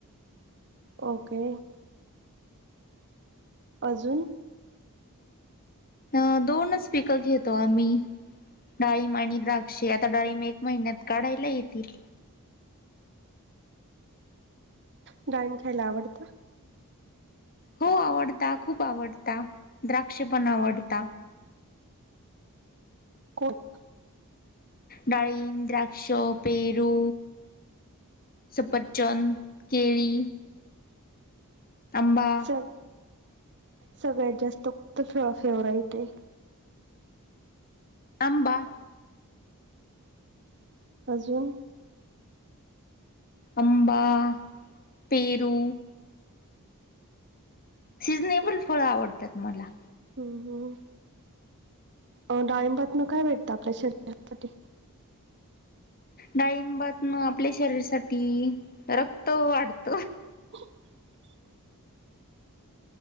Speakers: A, on the right; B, on the left.
A: ओके अजून.
B: अ दोनच पिकं घेतो आम्ही डाळम आणि द्राक्षे आता डाळळीम एक महिन्यात काढायला येतील.
A: गडायम खायला आवडत.
B: हो आवडता खूप आवडता द्राक्ष पण आवडत.
A: कुठ?
B: डळीम, द्राक्ष, पेरू सपरचंद, केळी आंबा
A: स सगळ्यात जास्त फळ फेवरा येते.
B: आंबा
A: अजून
B: अंबा, पेरू शीजनेबल फळं आवडतात मला
A: हम् हम् अ डाळंबात ना काय भेटतं आपल्या शरीरासाठी
B: डाळिंबातन आपल्या शरीरासाठी रक्त वाढत.
A: <unintelligible>